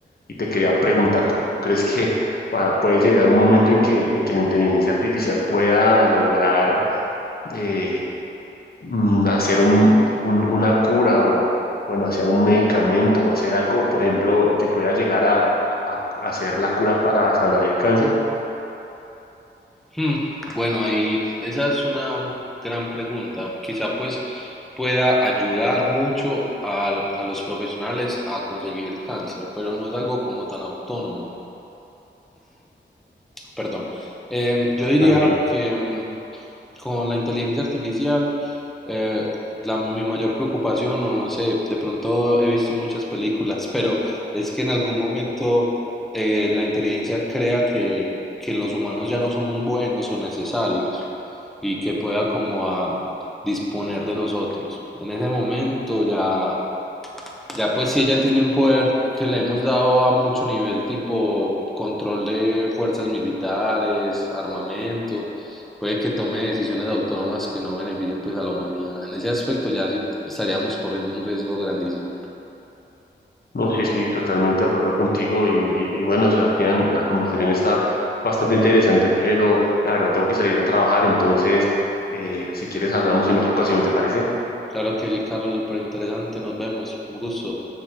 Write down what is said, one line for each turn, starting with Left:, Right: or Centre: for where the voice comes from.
Left: y te quería preguntar, ¿tú crees que va- puede llegar un momento en que, en que la inteligencia artificial pueda lograr eh, mm, hacer un, un- una cura o, bueno, hacer un medicamento o hacer algo, por ejemplo, que pueda llegar a, a a hacer la cura para sanar el cáncer?
Centre: Hmm, Bueno, ahí esa es una gran pregunta. Quizá pues pueda ayudar mucho al- a, los profesionales a conseguir el cáncer, pero no es algo como tan autónomo. Perdón. Em, yo diría
Left: Tranquilo.
Centre: que mm, con la inteligencia artificial, eh, la, mi mayor preocupación, o no sé, de pronto he visto muchas películas, <laughs> pero es que en algún momento eh, la inteligencia crea que, que los humanos ya no somos buenos o necesarios y que pueda como a disponer de nosotros. En ese momento ya ya pues si ella tiene un poder que le hemos dado a mucho nivel, tipo control de fuerzas militares, armamento, puede que tome decisiones autónomas que no beneficien pues a la humanidad. En ese aspecto ya sí estaríamos corriendo un riesgo grandísimo.
Left: No, sí, sí, totalmente de acuerdo contigo. Y, y- y bueno, Sebastián, la conversación está bastante interesante, pero la verdad tengo que salir a trabajar. Entonces, eh, si quieres, hablamos en otra ocasión, ¿te parece?
Centre: Claro que sí, Carlos, súper interesante. Nos vemos. Un gusto.